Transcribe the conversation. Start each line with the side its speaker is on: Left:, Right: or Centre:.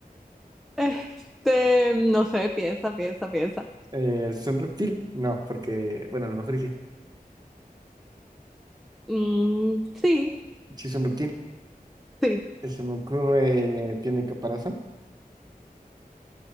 Centre: Este, no sé, piensa, piensa, piensa.
Right: Eh, ¿es un reptil? No, porque, bueno, a lo mejor y sí.
Centre: Mm, sí.
Right: Sí es un reptil.
Centre: Sí,
Right: Eh, Se me ocurre, ¿tiene caparazón?